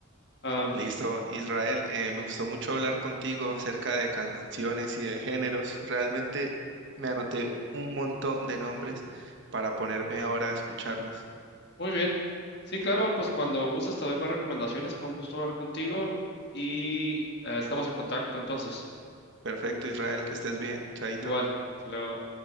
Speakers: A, on the left; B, on the right.
A: Am,
B: Listo, Israel, eh, me gustó mucho hablar contigo acerca de canciones y de géneros. Realmente me anoté un montón de nombres para ponerme ahora a escucharlas.
A: muy bien, sí, claro, pues cuando gustes te doy más recomendaciones, fue un gusto hablar contigo y eh, estamos en contacto entonces,
B: Perfecto, Israel, que estés bien. Chaito.
A: igual, hasta luego.